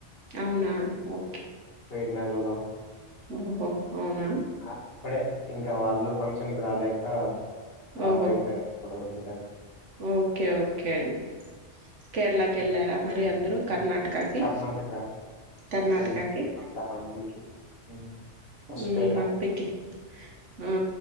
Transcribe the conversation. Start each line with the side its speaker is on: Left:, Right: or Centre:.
Right: అవునా ఓ
Left: పోయిన నెలలో
Right: ఓహో అవునా
Left: అప్పుడే ఇం కా వాళ్ళు ఫంక్షన్ కి రాలేక డ్రాప్
Right: ఓహో
Left: అయిపోయారు <unintelligible> కాన్
Right: ఓకే ఓకే అండి కేరళకి
Left: ఉమ్
Right: వెళ్ళారా మరి అందరు కర్ణాటకకి
Left: కర్ణాటక
Right: కర్ణాటకకి
Left: వెళ్ళంట హంపికి ఉమ్ హొస్పేట
Right: మ్ హంపికి ఆ